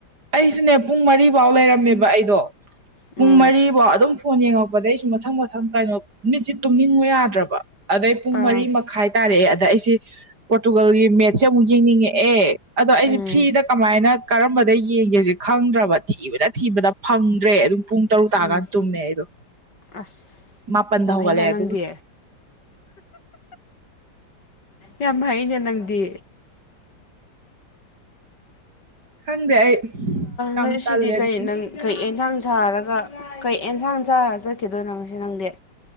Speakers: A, on the right (about 50°); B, on the left (about 55°).
A: ꯑꯩꯁꯨꯅꯦ ꯄꯨꯡ ꯃꯔꯤꯐꯥꯎ ꯂꯩꯔꯝꯃꯦꯕ ꯑꯩꯗꯣ
B: ꯎꯝ
A: ꯄꯨꯡ ꯃꯔꯤꯐꯥꯎ ꯑꯗꯨꯝ ꯐꯣꯟ ꯌꯦꯡꯉꯛꯄꯗꯩ ꯑꯩꯁꯨ ꯃꯊꯪ ꯃꯊꯪ ꯀꯩꯅꯣ ꯃꯤꯠꯁ ꯇꯨꯝꯅꯤꯡꯉꯨ ꯌꯥꯗ꯭ꯔꯕ ꯑꯗꯩ ꯄꯨꯡ
B: ꯑꯥ
A: ꯃꯔꯤ ꯃꯈꯥꯏ ꯇꯥꯔꯦ ꯑꯗ ꯑꯩꯁꯦ ꯄꯣꯔꯇꯨꯒꯜꯒꯤ ꯃꯦꯠꯁꯦ ꯑꯃꯨꯛ ꯌꯦꯡꯅꯤꯡꯉꯛꯑꯦ ꯑꯗꯣ ꯑꯩꯁꯦ
B: ꯎꯝ
A: ꯐ꯭ꯔꯤꯗ ꯀꯃꯥꯏꯅ ꯀꯔꯝꯕꯗ ꯌꯦꯡꯒꯦꯁ ꯈꯪꯗ꯭ꯔꯕ ꯊꯤꯕꯗ ꯊꯤꯕꯗ ꯐꯪꯗ꯭ꯔꯦ ꯑꯗꯨꯝ ꯄꯨꯡ ꯇꯔꯨꯛ ꯇꯥꯔꯀꯥꯟ
B: ꯎꯝ
A: ꯇꯨꯝꯃꯦ ꯑꯩꯗꯣ
B: ꯑꯁ
A: ꯃꯥꯄꯟꯗ
B: ꯌꯥꯝ
A: ꯍꯧꯒꯠꯂꯛꯑꯦ
B: ꯍꯩꯅ ꯅꯪꯗꯤ
A: ꯑꯗꯨꯒ
B: ꯌꯥꯝ ꯍꯩꯅꯦ ꯅꯪꯗꯤ
A: ꯈꯪꯗꯦ ꯑꯩ ꯌꯥꯝ
B: ꯉꯁꯤꯗꯤ
A: ꯇꯜꯂꯦ
B: ꯀꯩ
A: ꯑꯗꯨ
B: ꯅꯪ ꯀꯩ ꯑꯦꯟꯁꯥꯡ ꯁꯥꯔꯒ ꯀꯩ ꯑꯦꯟꯁꯥꯡ ꯆꯥꯔꯒ ꯆꯠꯈꯤꯗꯣꯏꯅꯪꯁꯤ ꯅꯪꯗꯤ